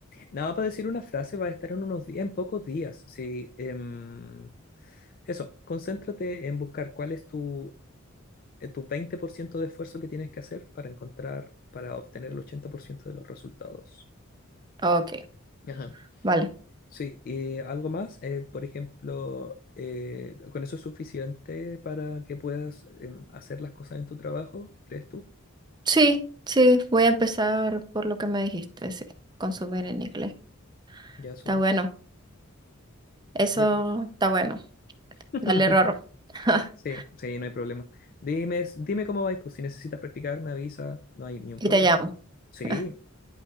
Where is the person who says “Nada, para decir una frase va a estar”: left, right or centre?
Left